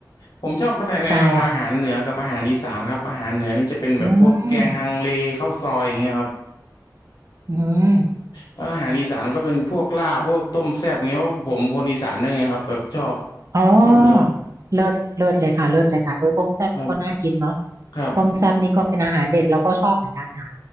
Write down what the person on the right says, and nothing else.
ใช่ค่ะอืม อืม
อ๋อเลิศเลิศเลยค่ะเลิศเลยค่ะเออต้มแซ่บก็น่ากินเนาะ
ต้มแซ่บนี่ก็เป็นอาหารเด็ดเราก็ชอบเหมือนกันค่ะ